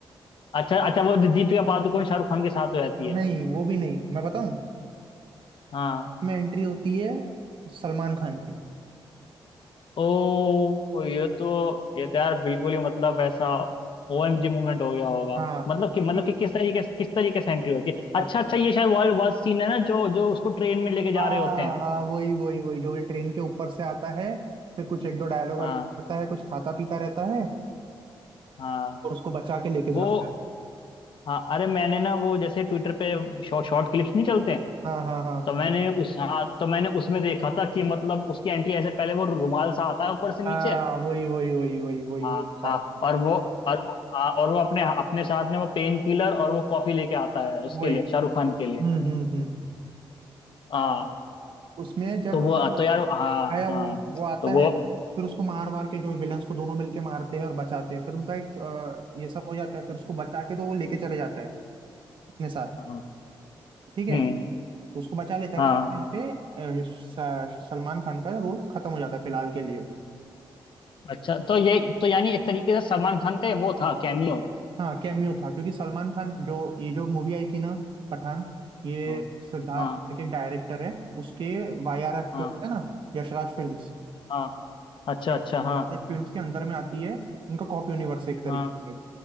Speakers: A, on the left; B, on the right.
A: अच्छा अच्छा वो दीपिका पादुकोण शाहरुख खान के साथ हो जाती है
B: नहीं वो भी नहीं मैं बताऊं
A: हाँ
B: इसमें एंट्री होती है सलमान खान की
A: ओ ये तो ये तो यार बिल्कुल ही मतलब ऐसा ओएमजी मूवमेंट हो गया होगा
B: हाँ
A: मतलब
B: क्योंकि
A: कि मतलब कि किस तरीके से किस तरीके से एंट्री होती है
B: बत-
A: अच्छा अच्छा ये शायद वर्ल्ड वार सीन है ना जो जो उसको ट्रेन में लेके जा
B: हाँ
A: रहे होते हैं
B: हाँ वही वही वही जो ट्रेन के ऊपर से आता है फिर कुछ एक दो डायलॉग वायलॉग
A: हाँ
B: करता है कुछ खाता पीता रहता है
A: हाँ
B: और उसको बचा के लेके
A: वो
B: जाता है
A: हाँ अरे मैंने ना वो जैसे ट्विटर पे शॉर्ट क्लिप्स नहीं चलते हैं
B: हाँ हाँ हाँ
A: तो मैंने उस हाँ तो मैंने उसमें देखा था कि मतलब उसकी एंट्री ऐसे पहले वो रुमाल सा आता है ऊपर से नीचे
B: हाँ वही वही वही वही वही
A: हाँ
B: वही बता
A: हाँ
B: रहा था
A: और वो और वो हाँ, और वो अपने अपने साथ में वो पेन किलर और वो कॉफी लेके आता है उसके
B: वही
A: लिए शाहरुख खान के लिए
B: हम्म हम्म हम्म
A: हाँ
B: उसमें जब
A: तो वो
B: और
A: हाँ, तो यार हाँ
B: आया
A: हाँ
B: वो वो आता
A: तो वो
B: है फिर उसको मार वार के जो विलन्स को दोनों मिलके मारते हैं और बचाते हैं फिर उनका एक अ, ये सब हो जाता है फिर उसको बचा के तो वो लेके चले जाता है अपने साथ
A: हाँ
B: ठीक है
A: हम्म
B: तो उसको बचा लेता है
A: हाँ
B: फिर यहाँ पे अ, स- सलमान खान का रोल खत्म हो जाता है फिलहाल के लिए
A: अच्छा तो ये तो यानी एक तरीके से सलमान खान का ये वो था कैमियो
B: हाँ कैमियो था क्योंकि सलमान खान जो ये जो मूवी आई थी ना पठान ये
A: हाँ
B: सिद्धार्थ
A: हाँ
B: के डायरेक्टर है उसके वाईआरएफ
A: हाँ
B: जो है ना यशराज फिल्म्स
A: हाँ अच्छा
B: यशराज
A: अच्छा हाँ
B: फिल्म्स के अंदर में आती है उनका कॉप यूनिवर्स है एक तरीके
A: हाँ
B: से